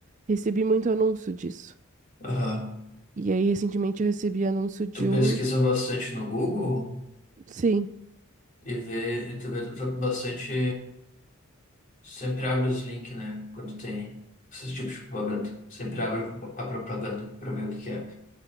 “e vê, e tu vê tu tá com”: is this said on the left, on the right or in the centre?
Left